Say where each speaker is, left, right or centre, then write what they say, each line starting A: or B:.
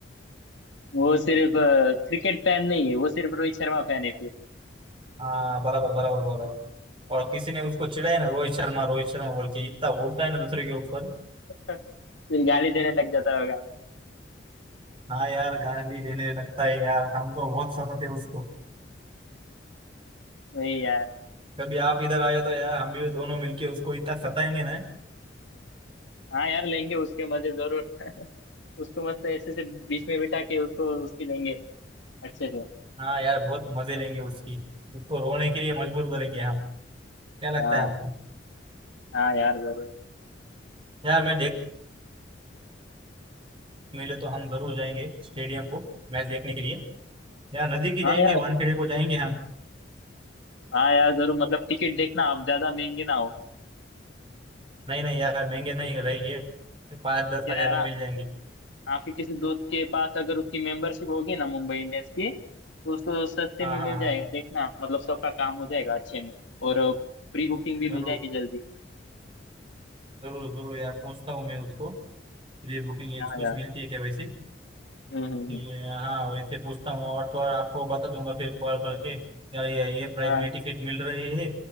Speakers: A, on the left; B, on the right.
A: वो सिर्फ क्रिकेट फैन नहीं है वो सिर्फ रोहित शर्मा फैन है फिर
B: हाँ बराबर बराबर बोला और किसी ने उसको चिढ़ाया ना रोहित शर्मा रोहित शर्मा बोल के इतना उड़ता है ना दूसरे के ऊपर
A: <laughs> फिर गाली देने लग जाता होगा
B: हाँ यार गाली देने लगता है यार हमको बहुत सताते हैं उसको
A: वही यार
B: कभी आप इधर आए तो यार हम भी दोनों मिलके उसको इतना सताएंगे ना
A: हाँ यार लेंगे उसके मजे जरूर उसको मस्त ऐसे से बीच में बिठा के उसको उसकी लेंगे अच्छे से
B: हाँ यार बहुत मजे लेंगे उसकी उसको रोने के लिए मजबूर करेंगे हम क्या लगता
A: हाँ
B: है आपको
A: हाँ यार जरूर
B: यार मैं देख मिले तो हम जरूर जाएंगे स्टेडियम को मैच देखने के लिए यार नजदीक ही
A: हाँ
B: जाएंगे
A: यार
B: वानखेड़े को जाएंगे हम
A: हाँ यार जरूर मतलब टिकट देखना आप ज्यादा महंगे ना हो
B: नहीं नहीं यार महंगे नहीं रहेंगे पाँच दस
A: क्या
B: हजार
A: यार
B: में मिल जाएंगे
A: आपके किसी दोस्त के पास अगर उसकी मेंबरशिप होगी ना मुंबई इंडियंस की तो उसको सस्ते
B: हाँ
A: में
B: हाँ
A: मिल जाएगा
B: हाँ
A: देखना मतलब सबका काम हो जाएगा अच्छे में और प्री बुकिंग भी
B: जरूर
A: मिल जाएगी जल्दी
B: जरूर जरूर यार पूछता हूँ मैं उसको प्री बुकिंग
A: हाँ
B: कुछ
A: यार
B: मिलती है क्या वैसे
A: हम्म हम्म
B: कि,
A: हम्म।
B: हाँ वैसे पूछता हूँ और तो और आपको बता दूंगा फिर कॉल करके यार ये ये प्राइस
A: हाँ
B: में टिकट मिल रहे हैं